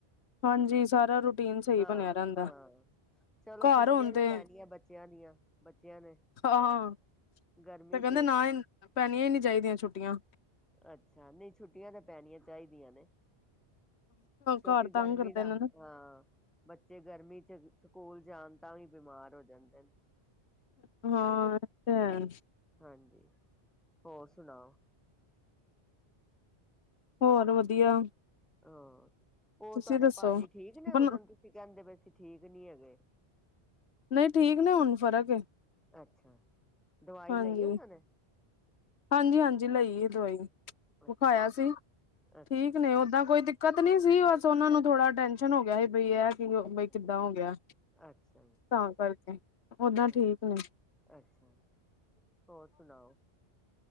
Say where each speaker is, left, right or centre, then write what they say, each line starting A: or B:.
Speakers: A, on the left; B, in the centre.
A: ਹਾਂਜੀ ਸਾਰਾ ਰੂਟੀਨ ਸਹੀ
B: ਹਾਂ-
A: ਬਣਿਆ ਰਹਿੰਦਾ
B: ਹਾਂ ਚਲੋ
A: ਘਰ
B: ਛੁੱਟੀਆਂ
A: ਹੋਣ
B: ਵੀ
A: ਤੇ
B: ਪੈਣੀਆਂ ਬੱਚਿਆਂ ਦੀਆਂ। ਬੱਚਿਆਂ ਨੇ
A: ਹਾਂ।
B: ਗਰਮੀ
A: ਤੇ ਕਹਿੰਦੇ
B: ਚ
A: ਨਾ ਹੀ ਪੈਣੀਆਂ ਹੀ ਨਹੀਂ ਚਾਹੀਦੀਆਂ ਛੁੱਟੀਆਂ।
B: ਅੱਛਾ। ਨਹੀਂ ਛੁੱਟੀਆਂ ਤਾਂ ਪੈਣੀਆਂ ਚਾਹੀਦੀਆਂ ਨੇ। ਕਿਉਂਕਿ
A: ਘਰ ਤੰਗ
B: ਗਰਮੀ
A: ਕਰਦੇ
B: ਦਾ।
A: ਨੇ
B: ਹਾਂ।
A: ਨਾ
B: ਬੱਚੇ ਗਰਮੀ ਚ' ਸਕੂਲ ਜਾਣ ਤਾਂ ਵੀ ਬਿਮਾਰ ਹੋ ਜਾਂਦੇ ਨੇ।
A: ਹਾਂ। ਤੇ ਹੈ,
B: ਹਾਂ, ਹਾਂਜੀ। ਹੋਰ ਸੁਣਾਓ?
A: ਹੋਰ ਵਧੀਆ।
B: ਹਾਂ, ਹੋਰ
A: ਤੁਸੀਂ
B: ਤੁਆਡੇ
A: ਦੱਸੋ
B: ਭਾਜੀ ਠੀਕ ਨੇ ਹੁਨ।
A: ਬਣਾ
B: ਤੇ ਕਹਿੰਦੇ ਪੇ ਅਸੀਂ ਠੀਕ ਨੀ ਹੈਗੇ।
A: ਨਈ ਠੀਕ ਨੇ ਹੁਣ ਫਰਕ ਏ
B: ਅੱਛਾ। ਦਵਾਈ
A: ਹਾਂਜੀ-ਹਾਂਜੀ-
B: ਲਈ ਉਹਨਾਂ ਨੇ
A: ਹਾਂਜੀ ਲਈਏ ਦਵਾਈ।
B: ਅੱਛਾ
A: ਵਿਖਾਇਆ ਸੀ।
B: ਅੱਛਾ
A: ਠੀਕ ਨੇ ਓਦਾਂ ਕੋਈ ਦਿੱਕਤ ਨੀ ਸੀ ਬਸ ਉਹਨਾ ਨੂੰ
B: ਅੱਛਾ
A: ਥੋੜਾ ਟੈਂਸ਼ ਹੁਨ ਗਿਆ ਸੀ ਬਈ ਏ ਕਿ
B: ਅੱਛਾ
A: ਬਈ ਕਿੱਦਾਂ ਹੋ ਗਿਆ।
B: ਅੱਛਾ
A: ਤਾਂ ਕਰਕੇ ਓਦਾਂ
B: ਹਾਂ
A: ਠੀਕ ਨੇ।
B: ਅੱਛਾ। ਹੋਰ ਸੁਣਾਓ?